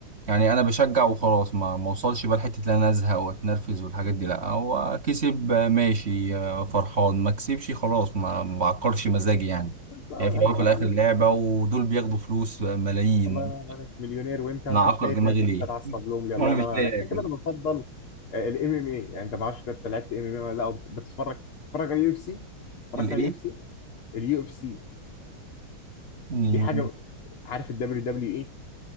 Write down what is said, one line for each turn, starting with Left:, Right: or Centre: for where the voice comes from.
Right: يعني انا بشجع وخلاص ما ما اوصلش بقى لحته ان انا ازهق واتنرفز والحاجات دي لا هو كسب آه، ماشي آه، فرحان ما كسبش خلاص ما ما بعكرش مزاجي يعني
Left: أنت هتزعل
Right: هي في الاول وفي الاخر
Left: نفسك.
Right: لعبه ودول بياخدوا فلوس آه، ملايين
Left: الله ينور عليك مليونير وانت ما
Right: انا
Left: انتش
Right: اعكر
Left: لاقي
Right: دماغي
Left: تاكل
Right: ليه
Left: انت تعصب
Right: <laughs>
Left: لهم لي
Right: وانا
Left: الله ينور
Right: مش لاقي
Left: عليك عشان
Right: اكل
Left: كده انا بفضل الام ام اي يعني انت ما اعرفش انت لعبت ام ام اي ولا لا أو بت- بتتفرج بتتفرج على اليو اف سي اتفرجت
Right: الايه
Left: على اليو اف سي اليو اف سي
Right: نيو
Left: دي حاجه عارف الدبليو دبليو اي